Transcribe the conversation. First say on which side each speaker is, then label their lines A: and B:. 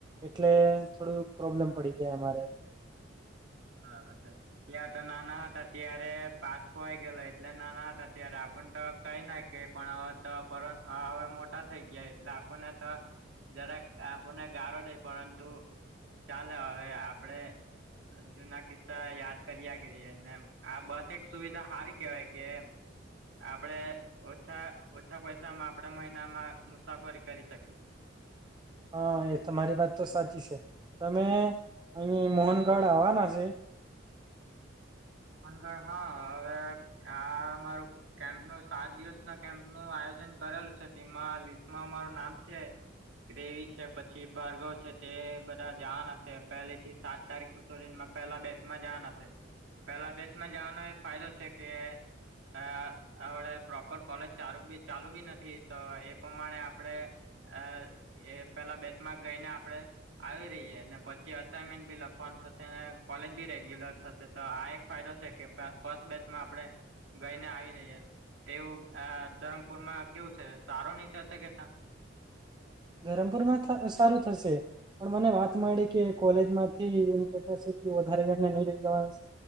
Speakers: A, on the right; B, on the right.
A: એટલે થોડું પ્રોબ્લેમ પડી જાય અમારે
B: બરાબર છે. ત્યાં તો નાના હટા અત્યારે પાસ ખોવાય ગેલો એટલે નાના હટા ત્યારે આપણ તો કઈ ના કે પણ હ તો હવે મોટા થઈ ગયા એટલે આપણને તો જરાક આપણને ગારો દઈ પરંતુ ચાલે હવે આપડે જુના કિસ્સા યાદ કરયા કરીએ ને આ બસ એક સુવિધા હારી કેવાય કે આપણેે ઓછા ઓછા પૈસામાં આપણે મહિનામાં મુસાફરી કરી શકીએ.
A: હા એ તમારી વાત તો સાચી સે, તમે અહીં મોહનગઢ આવવાના સે.
B: મોહનગઢ હા અવે આ મારું કેમ્પનું સાત દિવસ ના કેમ્પનું આયોજન કરેલું છે તીમાં લિસ્ટમાં અમારું નામ છે. ગ્રેવી છે પછી ભાર્ગવ છે તે બધા જાવાના છે પહેલી થી સાત તારીખ સુધીનમાં પહેલા બેચમાં જવાના છે. પહેલા બેચમાં જવાનો એ ફાયદો છે કે આ હવડે પ્રોપર કોલેજ ચાલુ બી ચાલુ બી નથી તો એ પ્રમાણે આપડે અ એ પેલા બેચમાં ગઈને આપડે આવી રહીએ ને પછી અસઇનમેન્ટ બી લખવાનું થશે ને કોલેજ બી રેગ્યુલર થશે તો આ એક ફાયદો છે કે <inaudible> ફર્સ્ટ બેચમાં આપણે ગઈને આવી રિયે તેવું આ ધરમપુરમાં કેવું છે, સારો ની થશે કે તા?
A: ધરમપુરમાં થ સારું થશે. પણ મને વાત મળી કે કોલેજમાંથી એમ કેતા સે કે વધારે <inaudible> નઈ લઈ જવાસે.